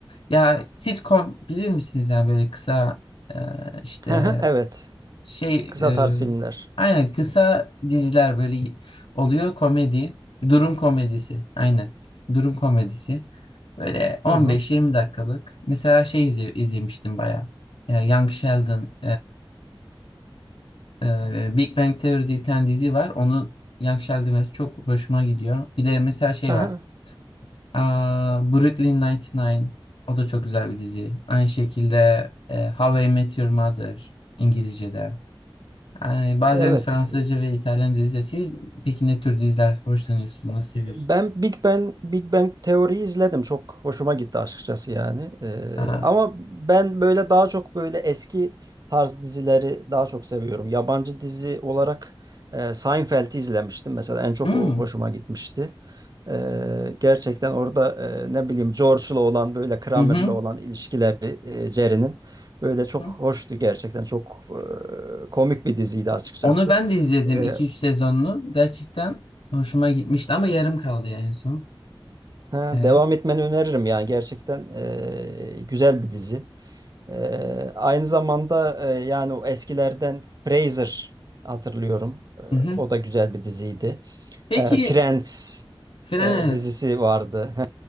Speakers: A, on the left; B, on the right.
A: Ya sitcom bilir misiniz? Yani böyle kısa e, işte
B: <laughs> Evet.
A: şey
B: Kısa
A: e,
B: tarz filmler.
A: aynen kısa diziler böyle oluyor komedi. Durum komedisi. Aynen. Durum komedisi. Böyle 15-20
B: Hı hı.
A: dakikalık. Mesela şey izle- izlemiştim bayağı. E, Young Sheldon'ın e, e, Big Bang Theory diye bir tane dizi var. Onun Young Sheldon versiyonu çok hoşuma gidiyor. Bir de mesela şey
B: Hı
A: var. Aa, Brooklyn Nine-Nine. O da çok güzel bir dizi. Aynı şekilde e, How I Met Your Mother İngilizce'de. Yani bazen
B: Evet.
A: Fransızca ve İtalyanca dizi. Siz peki ne tür diziler hoşlanıyorsunuz? Nasıl seviyorsunuz?
B: Ben Big Bang Big Bang teoriyi izledim. Çok hoşuma gitti açıkçası yani. Ee,
A: Ha.
B: ama ben böyle daha çok böyle eski tarz dizileri daha çok seviyorum. Yabancı dizi olarak e, Seinfeld'i izlemiştim mesela. En çok
A: hmm,
B: o hoşuma gitmişti. Ee, gerçekten orada e, ne bileyim George'la olan böyle Kramer'la
A: Hı hı.
B: olan ilişkileri e, Jerry'nin böyle çok
A: hı.
B: hoştu gerçekten. Çok e, komik bir diziydi açıkçası.
A: Onu ben de izledim
B: Ee,
A: iki üç sezonlu. Gerçekten hoşuma gitmişti ama yarım kaldı yani en son.
B: Ha,
A: Evet.
B: devam etmeni öneririm yani gerçekten e, güzel bir dizi. E, aynı zamanda e, yani o eskilerden Frasier hatırlıyorum. E,
A: Hı hı.
B: o da güzel bir diziydi.
A: Peki
B: E, Friends
A: Friends.
B: e, dizisi vardı. <laughs>